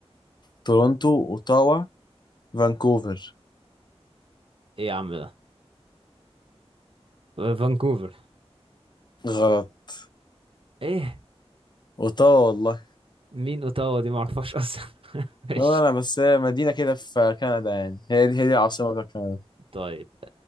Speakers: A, on the left; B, on the right.
A: تورونتو اوتاوا فانكوفر
B: إيه يا عم ده فانكوفر
A: غلط
B: إيه
A: اوتاوا والله
B: مين أوتاوا دي معرفهاش أصلا <laughs> ماشي
A: والله انا بس هي مدينه كده في كندا يعني هي دي هي دي العاصمه بتاعت كندا
B: طيب